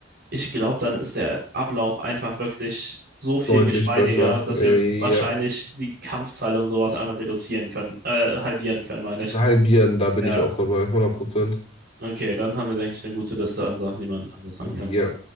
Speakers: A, on the right; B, on the left.
A: Ich glaube, dann ist der Ablauf einfach wirklich so viel
B: deutlich
A: geschmeidiger,
B: besser.
A: dass
B: Äh,
A: wir wahrscheinlich
B: ja,
A: die Kampfzeit und sowas einfach reduzieren können, äh, halbieren können, meine ich.
B: halbieren, da bin
A: Ja,
B: ich auch dabei, hundert Prozent.
A: okay, dann haben wir, denke ich, eine gute Liste an Sachen, die man verbessern
B: Ja.
A: kann.